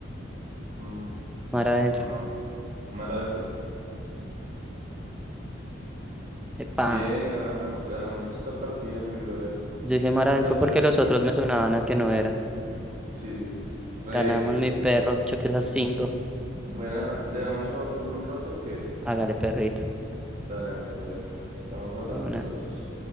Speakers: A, on the right (about 40°); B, in the centre.
A: mm,
B: Mar adentro.
A: no, mar adentro.
B: ¡Epa!
A: Bien, ganamos, ganamos esta partida, mi brother.
B: Yo dije mar
A: Vamos
B: adentro
A: a echar
B: porque
A: otra.
B: los otros me sonaban a que no era.
A: Sí, re
B: Ganamos
A: X.
B: mi perro, choque esas cinco.
A: Buena, ¿le damos a otra en un rato o qué?
B: Hágale, perrito.
A: Dale, mi brother. Estamos hablando
B: Vámonos.
A: entonces.